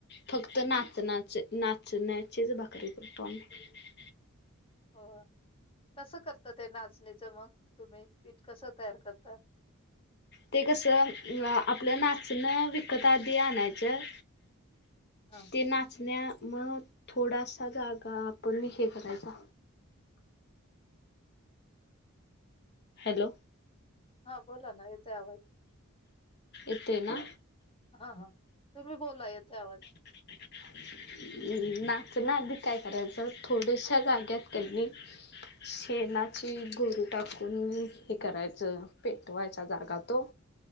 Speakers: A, on the left; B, on the left.
A: फक्त नाचण्याच नाचण्याचीच भाकरी करतो आम्ही
B: हो कसं करता ते नाचणीचं मग तुम्ही पीठ कसं तयार करता
A: ते कसं आपलं नाचणं विकत आधी आणायचं
B: हां
A: ते नाचण्या मग थोडासा जागा आपण हे करायचा हॅलो
B: हा बोला ना येतोय आवाज
A: इथे ना
B: हा हा तुम्ही बोला येतोय आवाज
A: पण इथे का ठेवलंय नाचणं आधी काय करायचं थोड्याशा जाग्यात की नाही शेणाची गौरी टाकून हे करायचं पेटवायचा जागा तो.